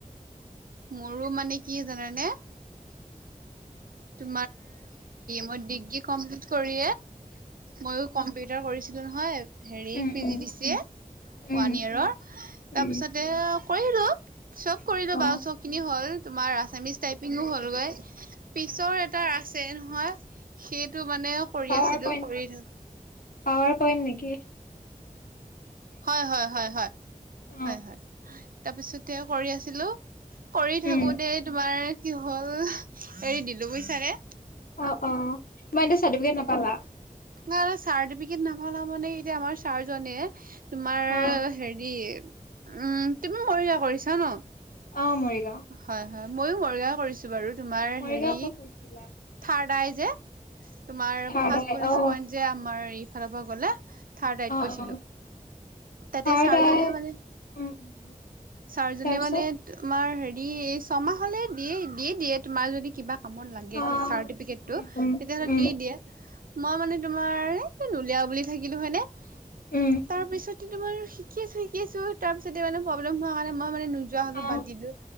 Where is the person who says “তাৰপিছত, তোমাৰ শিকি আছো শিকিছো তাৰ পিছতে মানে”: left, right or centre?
Right